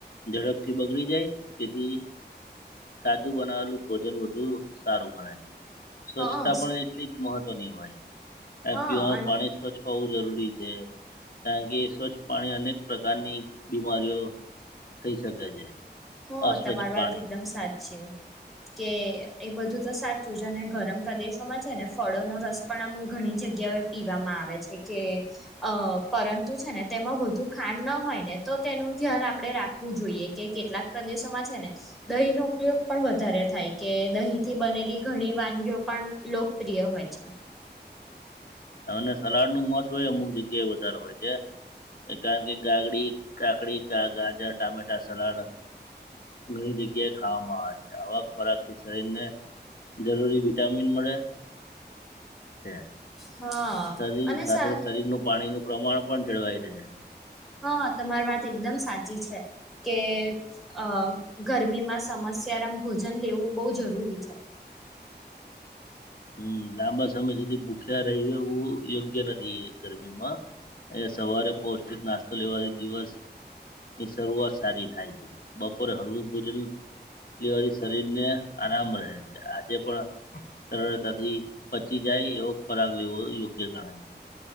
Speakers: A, on the left; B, in the centre.
A: ઝડપથી બગડી જાય જેથી તાજુ બનાવેલું ભોજન વધુ સારું ગણાય. સ્વચ્છતા
B: હા
A: પણ એટલી મહત્વની હોય
B: હા
A: પીવાનું
B: અન
A: પાણી સ્વચ્છ હોવું જરૂરી છે કારણ કે સ્વચ્છ પાણી અનેક પ્રકારની બીમારીઓ. થઈ શકે છે.
B: હ
A: અસ્વચ્છ
B: તમારી
A: પાણી
B: વાત એકદમ સાચી. કે એ બધું તો સાચું છે, અને ગરમ પ્રદેશોમાં છે ને ફળો નો રસ પણ આમ ઘણી જગ્યા પીવામાં આવે છે કે અ પરંતુ છે ને તેમાં વધુ ખાંડ ન હોય ને તો તે નું ધ્યાન આપણે રાખવું જોઈએ કે કેટલાક પ્રદેશોમાં છે ને દહીં નો ઉપયોગ પણ વધારે થાય, કે દહીં થી
A: હમ
B: બનેલી ઘણી વાનગીઓ પણ લોકપ્રિય હોય છે.
A: અને સલાડ નું મહત્વ એ અમુક જગ્યા એ વધારે હોય છે, કારણ કે ગાગડી કાકડી, કા ગાજર, ટમેટા સલાડ ઘણી જગ્યાએ ખાવામાં આવે છે, આવક ખોરાક થી શરીરને જરૂરી વિટામિન મળે છે.
B: હા
A: શરીર
B: અને
A: સાથે
B: સા
A: શરીરનું પાણીનું પ્રમાણ પણ જળવાઈ રહે.
B: હા તમારી વાત એકદમ સાચી છે. કે અ ગરમીમાં સમસ્યાારમ ભોજન લેવું બહુ જરૂરી છે.
A: હમ્મ, લાંબા સમય સુધી ભૂખ્યા રહી એવું યોગ્ય નથી. ગરમીમાં. અહીંયા સવારે પૌષ્ટિક નાસ્તો લેવાથી દિવસ ની શરૂઆત સારી થાય છે. બપોરે હળવું ભોજન લેવાથી શરીર ને આરામ રહે છે. આજે પણ સરળતાથી પચી જાય એવો ખોરાગ લેવો યોગ્ય ગણાય.